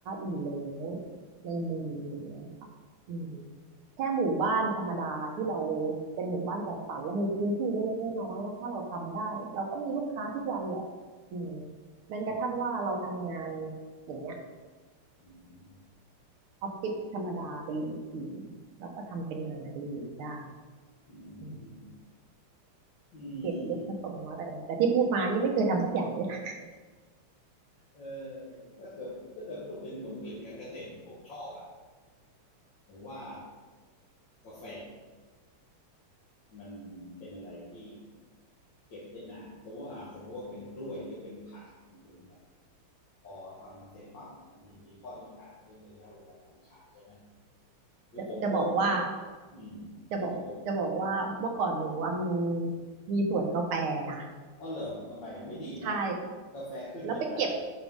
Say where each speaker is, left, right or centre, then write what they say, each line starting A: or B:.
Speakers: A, on the right; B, on the left.
A: อยู่แล้วในมืออย่างเงี้ยค่ะอืมแค่หมู่บ้านธรรมดาที่เราเป็นหมู่บ้านจัดสรรแล้วมีพื้นที่เล็กๆน้อยๆนะถ้าเราทำได้เราก็มีลูกค้าทุกวันแหละอืมแม้กระทั่งว่าเราทำงานอย่างเงี้ย
B: อืมอืม
A: ออฟฟิศธรรมดาเป็นรูทีนเราก็ทำเป็นงานอดิเรกได้
B: อื
A: อืม
B: มอืม
A: เก็บเล็กผสมน้อยแต่แต่ที่พูดมานี่ไม่เคยทำสักอย่างเลยนะ
B: <laughs> อืมเออถ้าเกิดถ้าเกิดพูดถึงผลผลิตการเกษตรเนี่ยผมชอบอ่ะผมว่ากาแฟมันเป็นอะไรที่เก็บได้นานสมมติว่าอ่ะสมมติว่าเป็นกล้วยหรือเป็นผักอย่างอื่นเนี่ยพอทำมาเสร็จปั๊บมันจะมีข้อจำกัดเรื่องระยะเวลาการขายใช่ไหมคือผมพวก
A: จะจะบอกว่า
B: อืมคือก็ผม
A: จะบอกจะบอกว่าเมื่อก่อนหนูว่ามีมีสวนกาแฟนะ
B: เอาเหรอทำไมไม่ดีเหรอ
A: ใช่
B: กาแฟขึ้นจะตาย
A: แล้วไปเก็บ